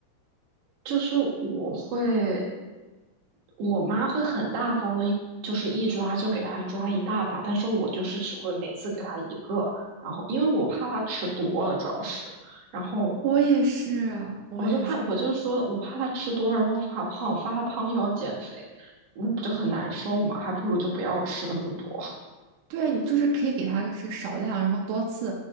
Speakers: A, on the right; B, on the right.
A: 就是我会，我妈会很大方的，就是一抓就给它抓一大把，但是我就是只会每次给它一个，然后因为我怕它吃多了，主要是。然后
B: 我也是，我也是。
A: 我就怕，我就说，我怕它吃多了，然后发胖，发胖又要减肥，那不就很难受吗？还不如就不要吃那么多。<laughs>
B: 对，你就是可以给它就是少量，然后多次，